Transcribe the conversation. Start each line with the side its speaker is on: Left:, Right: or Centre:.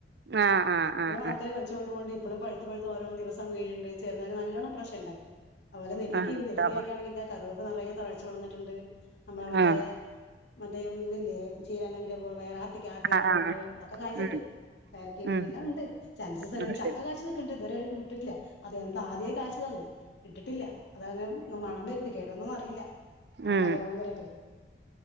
Right: ആ ആ
Left: ഇപ്പളും
Right: ആ
Left: ആൾക്കാര്
Right: ആ
Left: വലിച്ചൊണ്ടു. <unintelligible> ഇപ്പളും പഴുത്ത് പഴുത്ത് ഓരോ ദിവസം വീഴണ്ട് ചെർനാരങ്ങ നല്ലോണം പ്രാശ്യണ്ടായി. അപോലെ നെല്ലിക്കയിണ്ട്
Right: ആ മാഷാഅള്ളാ
Left: നെല്ലിക്ക കായിക്കാറില്ല കറിവേപ്പ് നറയെ തഴച്ചുളർന്നിട്ടുണ്ട്. നമ്മളെ മറ്റേ
Right: ആ
Left: മറ്റേ ഒന്നില്ലേ ചീരാകണ്ണിനെ പോല വേറ ത്തിക്ക <unintelligible>
Right: ആ
Left: പഴണ്ട്
Right: ആ
Left: അതൊക്കെ കാഴ്ച്ചിണ്ട്.
Right: ഉം
Left: പേരക്കയിണ്ട്
Right: ഉം
Left: എല്ലാം
Right: ഉം
Left: ഇണ്ട് ഇച്ചഞ്ച് സ്ഥല
Right: അത്
Left: ചക്ക
Right: ശരി
Left: കായ്‌ച്ച് നിക്ക്ണ്ട് ഇതരെ മുട്ടിട്ടില്ല അതയോന്ന് ആദ്യ കാഴ്ച്ചതാണ് ഇട്ടിട്ടില്ല അത് അ മണം വരുണ്ട് കേടൊന്നോന്നർ
Right: ആഹ്
Left: <unintelligible> കേറീട്ടെ